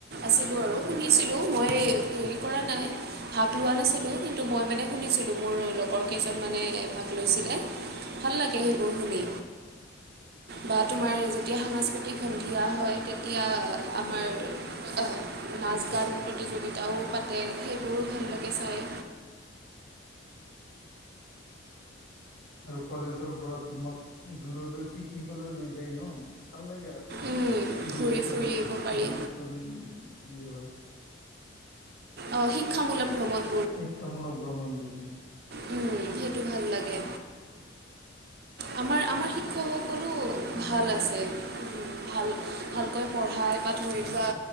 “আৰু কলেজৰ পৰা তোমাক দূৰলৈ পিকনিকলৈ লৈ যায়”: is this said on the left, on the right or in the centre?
Left